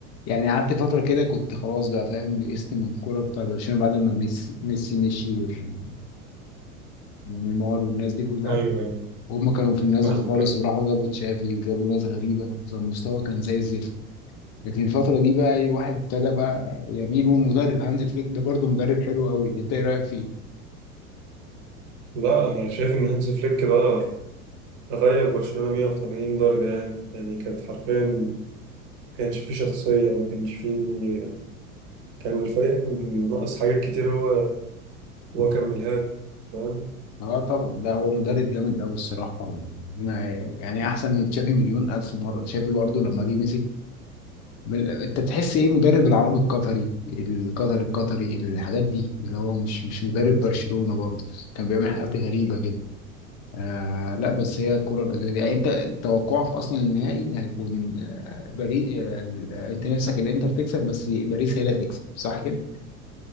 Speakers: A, on the left (about 35°); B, on the right (about 50°).
A: يعني قعدت فتره كده كنت خلاص بقى فاهم يئست من الكوره بتاع برشلونه بعد ما ميسي ميسي مشي وال- ونيمار والناس دي كلها
B: أيوه أيوه
A: هم كانوا في النازل
B: فاهمك
A: خالص
B: أه.
A: وراحوا جابوا تشافي وجابوا ناس غريبه فالمستوى كان زي الزفت لكن الفترة دي بقى إيه، الواحد ابتدى بقى يميل والمدرب هانز فليك ده برضه مدرب حلو قوي انت ايه رأيك فيه؟
B: لا انا شايف ان هانز فليك ده غير برشلونة 180 درجة يعني يعني كانت حرفيا ما كانش فيه شخصية ما كانش فيه كان الفريق ناقص حاجات كتير هو هو كملها له، فاهم
A: اه طبعا لا هو مدرب جامد قوي الصراحة يعني انا يعني احسن من تشافي مليون الف مرة تشافي برضه لما جه مسك من- انت تحس ايه مدرب العرب القطري القطري القطري الحاجات دي اللي هو مش مش مدرب برشلونة برضه كان بيعمل حاجات غريبة كده آه لا بس هي الكرة الأرضية يعني أنت توقعك أصلا النهائي هيكون آه باريس آه ال- أنت نفسك الإنتر تكسب بس باريس هي اللي هتكسب صح كده؟